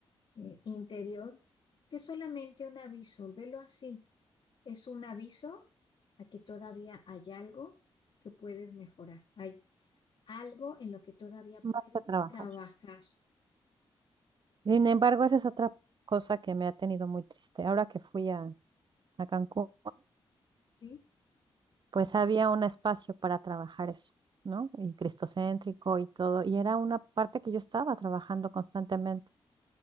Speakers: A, on the left; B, on the right.
A: eh, interior, que es solamente un aviso, velo así, es un aviso a que todavía hay algo que puedes mejorar, hay algo en lo que todavía puedes
B: más para trabajar.
A: trabajar,
B: Sin embargo, esa es otra cosa que me ha tenido muy triste. Ahora que fui a, a Cancún,
A: ¿sí?
B: pues había un espacio para trabajar eso, ¿no? Y cristocéntrico y todo. Y era una parte que yo estaba trabajando constantemente.